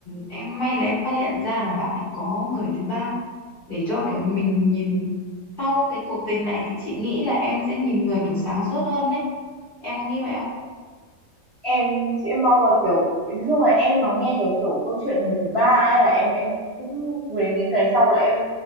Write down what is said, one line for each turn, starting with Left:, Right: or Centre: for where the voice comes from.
Left: em may là em phát hiện ra là bạn ấy có người thứ ba để cho kiểu mình nhìn sau cái cuộc tình này thì chị nghĩ là em sẽ nhìn người kiểu sáng suốt hơn đấy. Em có nghĩ vậy không?
Right: em sẽ mong là kiểu nói chung là em mà nghe cái kiểu câu chuyện người thứ ba ấy là em em cũng về những ngày sau là em